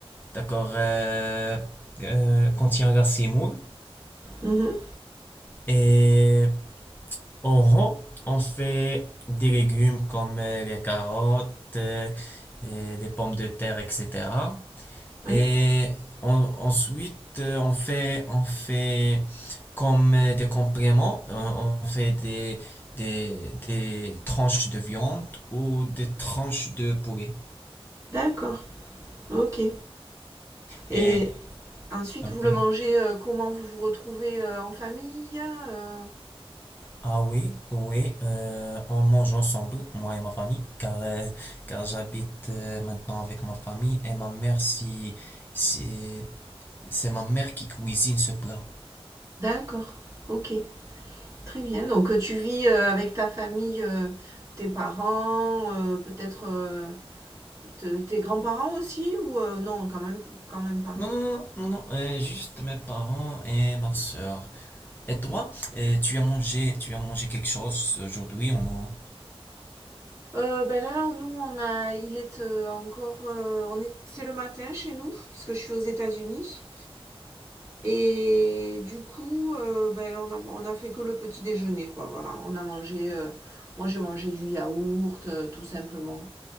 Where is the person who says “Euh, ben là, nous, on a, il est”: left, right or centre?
Right